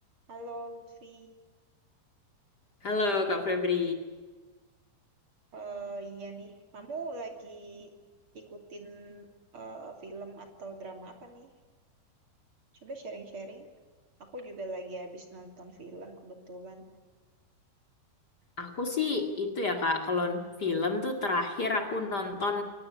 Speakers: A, on the right (about 35°); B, on the left (about 40°).
A: Halo Lutfi,
B: Halo Kak Febri.
A: Eh iya nih, kamu lagi ikutin eh, film atau drama apa nih? Coba sharing-sharing. Aku juga lagi habis nonton film kebetulan.
B: Aku sih itu ya Kak, kalau film tuh terakhir aku nonton